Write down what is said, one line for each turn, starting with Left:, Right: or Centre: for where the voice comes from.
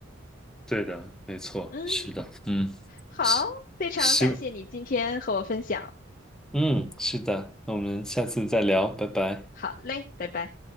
Centre: 对的，没错，
Left: 嗯，
Centre: 是的，嗯，
Left: 好，
Centre: 是，
Left: 非常感谢你今天和我分享。
Centre: 希嗯，是的，那我们下次再聊，拜拜。
Left: 好嘞，拜拜。